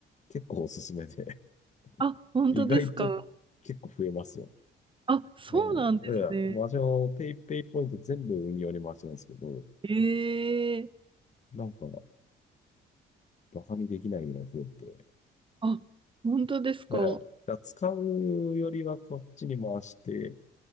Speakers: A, on the left; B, on the right.
A: 結構おすすめで。
B: あ、
A: <laughs>
B: 本当ですか。
A: 意外と結構増えますよね
B: あ、そうなんですね。
A: うん、いや、私もペイペイポイント全部運用に回してるんですけど、
B: ええ
A: なんか、バカにできないぐらい増えて、ええ、
B: あ、本当ですか。
A: だから使うよりはこっちに回して、